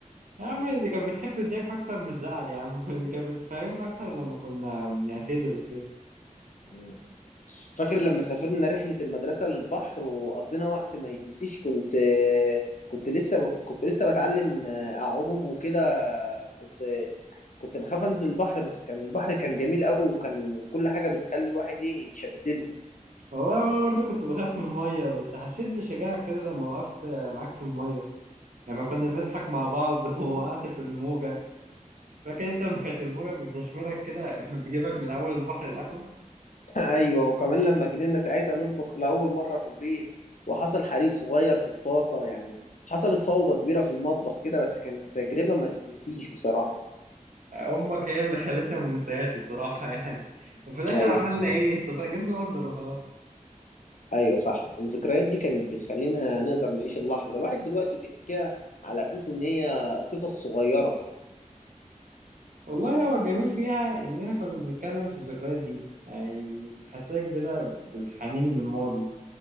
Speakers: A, on the right; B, on the left.
A: يا عم دي كانت بتحب الضحك اكتر من الزعل يا عم <laughs> دي كانت بتفهمنا اكتر لما كنا بنعتذر وكده
B: مم. فاكر لما سافرنا رحلة المدرسة للبحر وقضينا وقت ما يتنسيش كنت كنت لسه ب... كنت لسه بتعلم آه، أعوم وكده كنت كنت بخاف أنزل البحر بس كان البحر كان جميل أوي وكان كل حاجة بتخلي الواحد إيه يتشدله
A: والله وانا برضو كنت بخاف من الميه بس حسيت بشجاعة كده لما وقفت معاك في الميه يعني ما كنا بنضحك مع بعض <laughs> ووقعت في الموجة فاكر انت لما كانت الموجة بتدشملك كده <laughs> بتجيبك من اول البحر لاخره
B: <laughs> أيوه وكمان لما جرينا ساعتها نطبخ لأول مرة في البيت وحصل حريق صغير في الطاسة يعني حصلت فوضى كبيرة في المطبخ كده بس كانت تجربة ما تتنسيش بصراحة
A: امك هي اللي خلتنا ما ننساهاش الصراحة يعني وفي الاخر
B: أيوه
A: عملنا ايه تص- جبنا اوردر وخلاص
B: ايوه صح الذكريات دي كانت بتخلينا نقدر نعيش اللحظه الواحد دلوقتي بيحكيها على اساس ان هي قصص صغيره
A: والله هو الجميل فيها اننا كنا بنتكلم في الذكريات دي يعني بتحسسك بدأ بالحنين للماضي